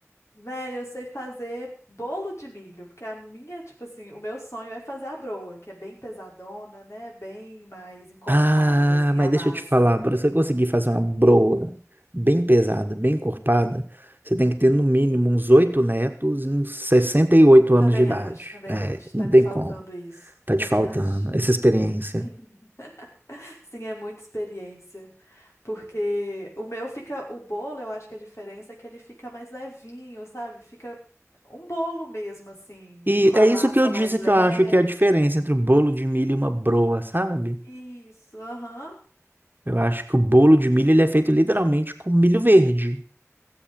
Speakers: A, on the left; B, on the right.
A: Velho, eu sei fazer bolo de milho, porque a minha, tipo assim, o meu sonho é fazer a broa, que é bem pesadona, né? Bem mais encorpada,
B: Ah,
A: assim,
B: mas
A: a
B: deixa
A: massa.
B: eu te falar, para você conseguir fazer uma broa bem pesada, bem encorpada, você tem que ter no mínimo uns oito netos e uns 68
A: Também
B: anos de idade.
A: acho, também
B: É,
A: acho.
B: não
A: Tá me
B: tem
A: faltando
B: como.
A: isso.
B: Tá
A: Também
B: te faltando
A: acho.
B: essa experiência.
A: <laughs> Sim, é muita experiência, porque o meu fica, o bolo, eu acho que a diferença é que ele fica mais levinho, sabe? Fica um bolo mesmo, assim,
B: E
A: com
B: é
A: a
B: isso
A: massa
B: que eu disse
A: mais leve.
B: que eu acho que é a diferença entre o bolo de milho e uma broa, sabe?
A: Isso, aham.
B: Eu acho que o bolo de milho ele é feito literalmente com milho verde,